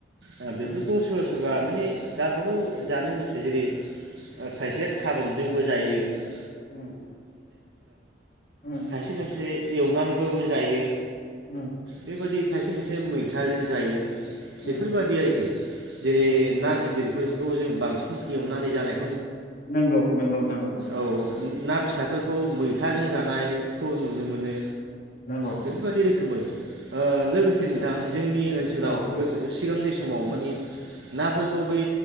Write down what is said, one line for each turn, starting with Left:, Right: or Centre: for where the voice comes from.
Right: ओ बेफोरखौ
Left: उम
Right: सोरबा सोरबा माने गावबागाव जानो गोसो जेरै ओ खायसे थारुन जोंबो जायो। <unintelligible> <unintelligible>
Left: उम उम
Right: खायसे खायसे एवनानैबाबो जायो।
Left: उम
Right: बेबायदि खायसे खायसे मैथाजों जायो।
Left: उम
Right: बेफोरबायदि आरोखि जेरै
Left: उम
Right: ना गिदिर बेफोरखौ जों बांसिन एवनानै जानाय
Left: नंगौ नंगौ नंगौ
Right: औ ना फिसाफोरखौ मै थाजों जानायखौ नुनो मोनो।
Left: नंगौ
Right: बेफोरबायदि रोखोमै ओ लोगोसे नोंथां जोंनि ओनसोलाव
Left: औ
Right: गोदो सिगांनि समाव माने नाफोरखौ बै